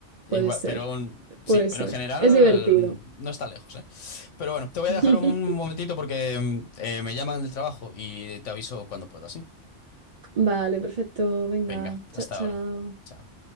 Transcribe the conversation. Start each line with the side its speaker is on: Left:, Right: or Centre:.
Left: igual,
Right: Puede ser,
Left: pero mm, sí,
Right: puede
Left: pero
Right: ser.
Left: en general
Right: Es divertido.
Left: mm, no está lejos, ¿eh? Pero bueno, te voy
Right: <laughs>
Left: a dejar un momentito porque mm, eh, me llaman del trabajo y te aviso cuando pueda, ¿sí?
Right: Vale, perfecto. Venga,
Left: Venga,
Right: chao,
Left: hasta
Right: chao.
Left: ahora. Chao.